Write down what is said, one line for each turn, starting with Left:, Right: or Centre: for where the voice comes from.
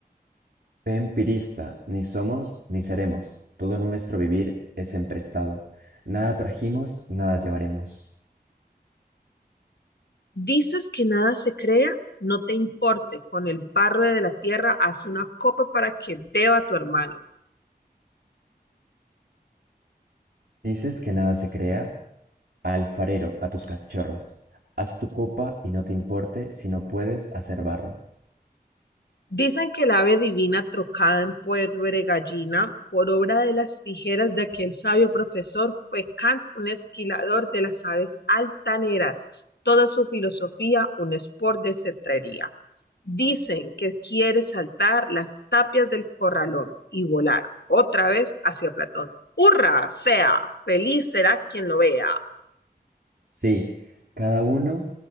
Right: Fe empirista, ni somos ni seremos. Todo nuestro vivir es emprestado. Nada trajimos, nada llevaremos.
Left: Dices que nada se crea, no te importe, con el barro de la tierra haz una copa para que beba tu hermano.
Right: Dices que nada se crea, alfarero, a tus cachorros. Haz tu copa y no te importe si no puedes hacer barro.
Left: Dicen que el ave divina trocada en puerbre gallina por obra de las tijeras de aquel sabio profesor fue Kant un esquilador de las aves altaneras, toda su filosofía un sport de cetrería. Dicen que quiere saltar las tapias del corralón y volar otra vez hacia Platón. ¡Hurra! Sea, feliz será quien lo vea.
Right: Sí, cada uno